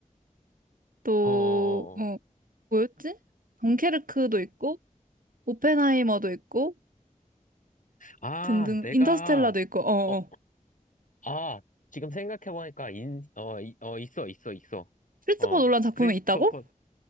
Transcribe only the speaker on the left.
어, 어,
어.
아,
내가,
어,
아, 지금 생각해보니까, 인, 어, 이- 어, 있어, 있어, 있어.
어,
크리스토퍼,